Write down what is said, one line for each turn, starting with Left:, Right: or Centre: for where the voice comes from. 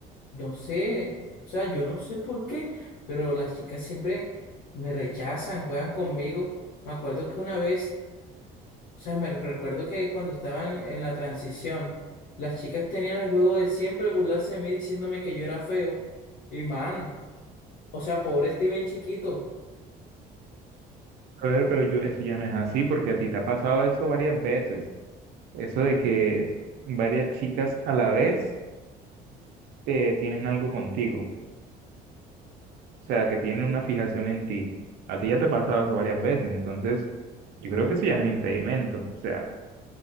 Left: no sé, o sea, yo no sé por qué, pero las chicas siempre me rechazan, juegan conmigo. Me acuerdo que una vez o sea, me recuerdo que cuando estaban en la transición, las chicas tenían el juego de siempre burlarse de mí diciéndome que yo era feo. Y man, o sea, pobre Steven chiquito.
Right: Brother, pero yo, eso ya no es así, porque a ti te ha pasado eso varias veces. Eso de que varias chicas a la vez eh, tienen algo contigo. O sea, que tienen una fijación en ti. A ti ya te ha pasado eso varias veces. Entonces, yo creo que eso ya no es impedimento. O sea,